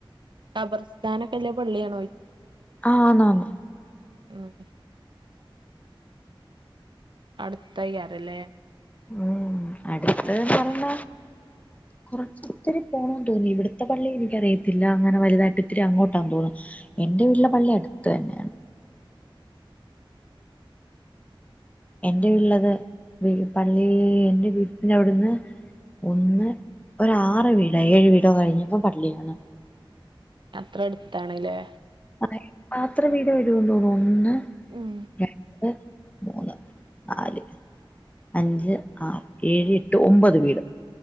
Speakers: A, on the right; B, on the left.
A: കബർസ്ഥാനൊക്കെല്ല പള്ളിയാണോ?
B: ആഹ് ണ്
A: ഉം അട്ത്തായ്യാരല്ലേ?
B: ഉം അട്ത്ത് പർഞ്ഞ കൊർച്ചിത്തിരി പോണംന്ന് തോന്നി ഇവിട്ത്തെ പള്ളി എനിക്കറിയത്തില്ല അങ്ങനെ വല്തായിട്ട ഒത്തിരി അങ്ങോട്ടാന്ന് തോന്നുന്നു. എന്റെ വീട്ടിലെ പള്ളി അടുത്ത് തന്നെയാ എൻ്റെ വീട്ടിലത് പള്ളി എൻ്റെ വീട്ടിൻ്റവ്ടുന്ന് ഒന്ന് ഒരാറ് വീടോ ഏഴ് വീടോ കഴിഞ്ഞപ്പോ പള്ളിയാണ്
A: അത്ര അടുത്താണ് ല്ലേ
B: അതെ പത്ര വീട് വരുവന്ന് തോന്നു ഒന്ന്
A: ഉം
B: രണ്ട് മൂന്ന് നാല് അഞ്ച് ആറ് ഏഴ് എട്ട് ഒമ്പത് വീട്